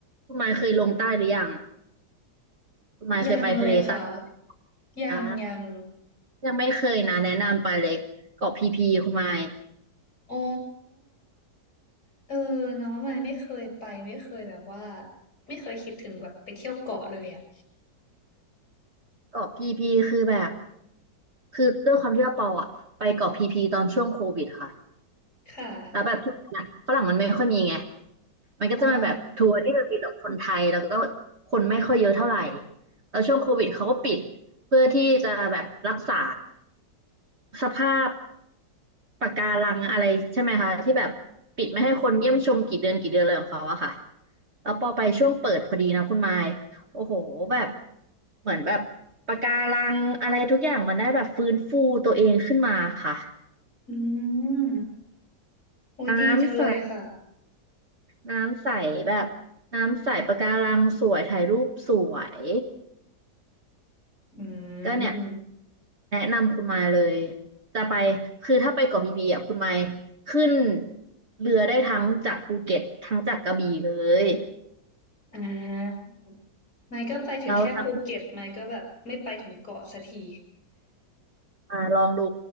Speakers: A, on the right; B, on the left.
A: คุณไมค์เคยลงใต้หรือยังคุณไมค์เคยไปทะเลใต้หรือยัง
B: ยังเลยค่ะยังยัง
A: อ่ายังไม่เคยนะแนะนำไปเลยเกาะพีพีคุณไมค์
B: อ๋อเออเนาะมาไม่เคยไปไม่เคยแบบว่าไม่เคยคิดถึงแบบไปเที่ยวเกาะเลยอ่ะ
A: เกาะพีพีคือแบบคือด้วยความที่ว่าปออะไปเกาะพีพีตอนช่วงโควิดค่ะ
B: ค่ะ
A: แล้วแบบช่วงนั้นอะฝรั่งมันไม่ค่อยมีไง มันก็จะเป็นแบบทัวร์ที่มันมีแต่คนไทยแล้วก็
B: อ๋อ
A: คนไม่ค่อยเยอะเท่าไหร่แล้วช่วงโควิดเขาก็ปิดเพื่อที่จะแบบรักษาสภาพปะการังอะไรใช่ไหมคะที่แบบปิดไม่ให้คนเยี่ยมชมกี่เดือนกี่เดือนเลยของเขาอะค่ะแล้วพอไปช่วงเปิดพอดีนะคุณไมค์โอ้โหแบบเหมือนแบบปะการังอะไรทุกอย่างมันได้แบบฟื้นฟูตัวเองขึ้นมาค่ะ
B: อืมอุ้ยดีจังเลยค่ะ
A: น้ำใส น้ำใสแบบน้ำใสปะการังสวยถ่ายรูปสวย
B: อื
A: ก็เนี่ย
B: ม
A: แนะนำคุณมายเลยจะไปคือถ้าไปเกาะพีพีอ่ะคุณมายขึ้นเรือได้ทั้งจากภูเก็ตทั้งจากกระบี่เลย
B: อ่าไม่ก็ไปถึงแค่ภูเก็ตไม่ก็แบบไม่ไปถึงเกาะสักที
A: แล้วทำมาลองดู